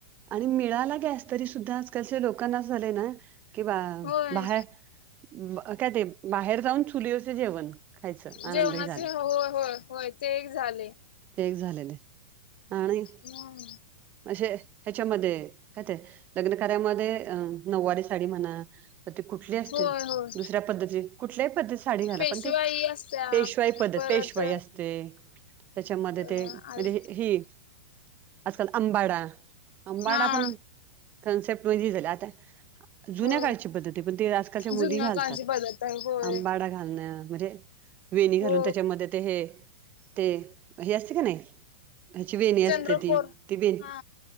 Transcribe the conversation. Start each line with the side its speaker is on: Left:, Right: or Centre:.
Right: आणि मिळाला गॅस तरी सुद्धा आजकालच्या लोकांना अस झालंय ना कि बा
Left: होय
Right: बाहेर- काय ते बाहेर जाऊन चुलीवरच् जेवण खायचं
Left: जेवणाचे
Right: आनंदही झाला
Left: हो होय होय ते एक झाले.
Right: ते एक झालेले आणि
Left: हम्म.
Right: अशे ह्याच्यामध्ये काय ते लग्न कार्यामध्ये अ नऊवारी साडी म्हणा तर ते कुठली असतील?
Left: होय होय
Right: दुसऱ्या पद्धतीची कुठल्याही पद्धती साडी घाला.
Left: पेशवाई
Right: पण ते
Left: असत्या
Right: पेशवाई पद्धत,
Left: परत
Right: पेशवाई असते. त्याच्यामध्ये
Left: अ
Right: ते म्हणजे
Left: आज
Right: ही आजकाल आंबाडा, आंबाडा
Left: हा.
Right: पण कन्सेप्ट म्हणजे झाला. आता जुन्या
Left: हो.
Right: काळची पद्धती आहे, पण ते आजकालच्या मुली
Left: जुन्या
Right: घालतात.
Left: काळची पद्धत आहे होय
Right: आंबाडा घालणं म्हणजे वेणी घालून
Left: हो
Right: त्याच्यामध्ये ते हे ते हे असते कनई ह्याची वेणी असते
Left: चंद्रकोर
Right: ती, ती वे
Left: हा